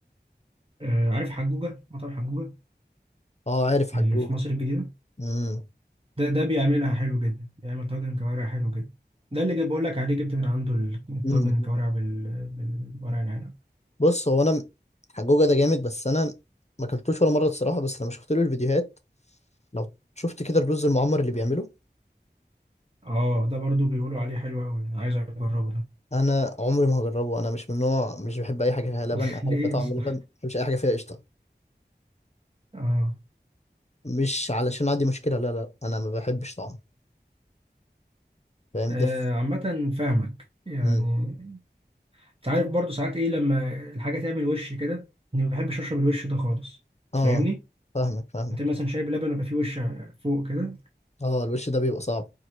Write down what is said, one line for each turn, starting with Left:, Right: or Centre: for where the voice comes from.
Right: آه عارف حجوجه مطعم حجوجه
Left: اه عارف حجوجه
Right: اللي في مصر الجديده
Left: امم
Right: ده ده بيعملها حلو جدا بيعمل طاجن كوارع حلو جدا ده اللي جاي بقول لك عليه جبت من عنده ال- الطاجن
Left: امم
Right: الكوارع بال... بالورق العنب
Left: بص هو انا حجوجه ده جامد بس انا ما اكلتوش ولا مره الصراحه بس لما شفت له الفيديوهات لو شفت كده الرز المعمر اللي بيعمله
Right: اه ده برضو بيقولوا عليه حلو قوي عايز اجربه ده
Left: انا عمري ما هجربه انا مش من نوع مش بحب اي حاجه فيها لبن
Right: <laughs>
Left: اي
Right: ليه
Left: حاجه فيها طعم
Right: يا اسطى
Left: لبن ما بحبش اي حاجه فيها قشطه
Right: اه
Left: مش علشان عندي مشكله لا لا انا ما بحبش طعمه فاهم
Right: آه،
Left: ده ف...
Right: عامه فاهمك يعني
Left: مم.
Right: انت عارف برضو ساعات ايه لما الحاجه تعمل وش كده اني ما بحبش اشرب الوش ده خالص أنت
Left: اه
Right: فاهمني
Left: فاهمك فاهمك
Right: انت مثلا شاي بلبن ويبقى فيه وش فوق كده
Left: اه الوش ده بيبقى صعب